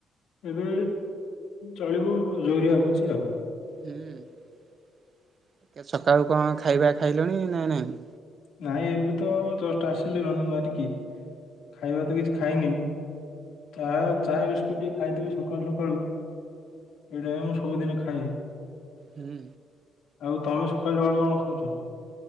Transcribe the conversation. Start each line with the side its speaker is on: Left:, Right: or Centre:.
Left: ଏବେ ଚଳିବ ଜୋରିଆ ହୋଉଛି ଆଉ।
Right: ହୁଁ ଏକା ସକାଳୁ କଣ ଖାଇବା ଖାଇଲଣି ନା ନାଇଁ।
Left: ନାଇଁ ଏବେ ତ ଜଷ୍ଟ ଆସିଲି ରନିଙ୍ଗି ମାରିକି। ଖାଇବା ତ କିଛି ଖାଇନି। ଚାହା ଚା ବିସ୍କୁଟ ଟିକେ ଖାଇଦେବି ସଖାଳୁ ସକାଳୁ। ଏଇଡ଼ା ହିଁ ମୁଁ ସବୁଦିନି ଖାଏ।
Right: ହୁଁ।
Left: ଆଉ ତମେ ସକାଳୁ ସକାଳୁ କଣ ଖାଉଚ।